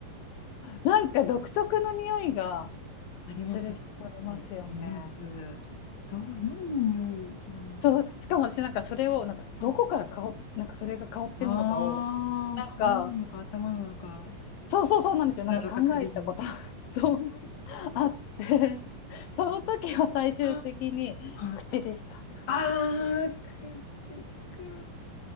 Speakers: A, on the left (about 80°); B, on the left (about 45°).
A: なんか独特の匂いが
B: あります、
A: する人いますよね。
B: あります。います。どう、何の匂いなんだろ
A: そうしかも私なんかそれをなんかどこから香っなんかそれが香ってるのかをなんか
B: う。ああー、体なのか頭なのか、
A: そうそうそうなんですよなんか考えたこと
B: 口なのか首なのか。
A: <laughs> そうあってその時は最終的に口でした
B: あああー、口か。